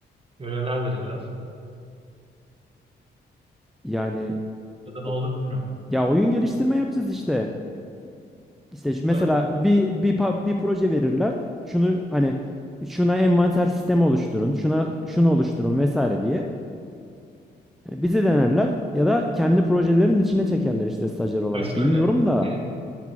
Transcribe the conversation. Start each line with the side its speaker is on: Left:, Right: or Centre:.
Right: Görevler verirler.
Centre: Yani
Right: Ya da ne
Centre: o-
Right: olur bilmiyorum.
Centre: ya oyun geliştirme yapacağız işte. İşte şu- mesela
Right: Evet evet.
Centre: bir bir pa- bir proje verirler. Şunu hani şuna envanter sistemi oluşturun, şuna şunu oluşturun vesaire diye. Yani bizi denerler ya da kendi projelerin içine çekerler işte stajyer olarak.
Right: Ya şöyle
Centre: Bilmiyorum da.
Right: senin